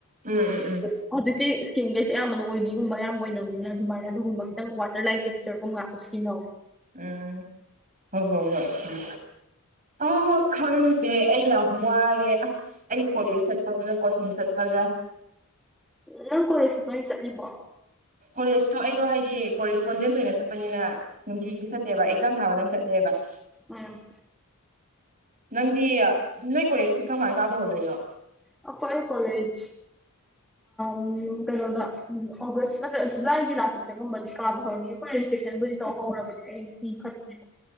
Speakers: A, on the right; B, in the centre.
A: ꯎꯝ ꯎꯝ
B: ꯎ ꯍꯧꯖꯤꯛꯇꯤ ꯏꯁꯀꯤꯟꯒꯩꯁꯦ ꯑꯌꯥꯝꯕꯅ ꯑꯣꯏꯂꯤꯒꯨꯝꯕ ꯑꯌꯥꯝꯕ ꯑꯣꯏꯕꯅꯤꯅ ꯑꯗꯨꯃꯥꯏꯅ ꯑꯗꯨꯒꯨꯝꯕ ꯈꯤꯇꯪ ꯋꯥꯇꯔ ꯂꯥꯏꯐ ꯏꯁꯇꯔꯀꯨ ꯃꯥꯥꯛꯣꯏꯈꯤꯅꯣ
A: ꯎꯝ ꯍꯣꯏ ꯍꯣꯏ ꯍꯣꯏ ꯎꯝ ꯑ ꯈꯪꯗꯦ ꯑꯩ ꯌꯥꯝ ꯋꯥꯔꯦ ꯑꯁ ꯑꯩ ꯀꯣꯂꯦꯖ ꯆꯠꯄꯒ ꯀꯣꯆꯤꯡ ꯆꯠꯄꯒ
B: ꯅꯪ ꯀꯣꯏꯔꯁꯨ ꯀꯣꯏ ꯆꯠꯂꯤꯕꯣ
A: ꯀꯣꯂꯦꯖꯇꯣ ꯑꯩꯗꯣ ꯍꯥꯏꯗꯤ ꯀꯣꯔꯦꯁꯄꯣꯟꯗꯦꯟ ꯑꯣꯏꯅ ꯆꯠꯄꯅꯤꯅ ꯅꯨꯡꯇꯤꯒꯤꯗꯤ ꯆꯠꯇꯦꯕ ꯑꯦꯛꯖꯥꯝ ꯊꯥꯕꯗꯪ ꯆꯠꯇꯂꯦꯕ
B: ꯎꯝ
A: ꯅꯪꯗꯤ ꯅꯣꯏ ꯀꯣꯂꯦꯖꯁꯤ ꯀꯃꯥꯏ ꯀꯥꯕ ꯍꯧꯧꯗꯣꯏꯅꯣ
B: ꯑꯣ ꯀꯣꯏ ꯀꯂꯦꯖ ꯎ ꯀꯩꯅꯣꯗ ꯎ ꯑꯣꯒꯁ ꯅꯠꯇ꯭ꯔꯒ ꯖꯨꯂꯥꯏꯒꯤ ꯂꯥꯁꯛꯇꯒꯨꯝꯕꯗꯤ ꯀꯥꯕ ꯍꯧꯅꯤ ꯑꯩꯈ ꯔꯤꯁꯦꯛꯁꯟꯕꯨꯗꯤ ꯇꯧꯍꯧꯔꯕꯅꯦ ꯑꯩꯗꯤ ꯈꯠꯇ꯭ꯔꯦ